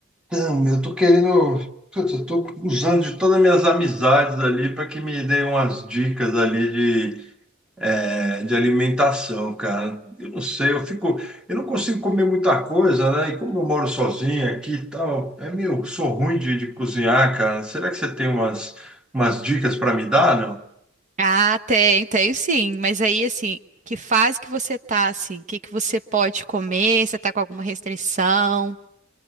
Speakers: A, in the centre; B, on the right.
A: Então, meu, eu tô querendo. Putz, eu tô Usando de todas as minhas amizades ali para que me deem umas dicas ali de, eh, de alimentação, cara. Eu não sei, eu fico. Eu não consigo comer muita coisa, né? E como eu moro sozinho aqui e tal, é meio. Sou ruim de, de cozinhar, cara. Será que você tem umas, umas dicas para me dar,
B: Ah, tem, tem sim. Mas aí, assim, que fase que você tá, assim? O que que você pode comer? Você tá com alguma restrição?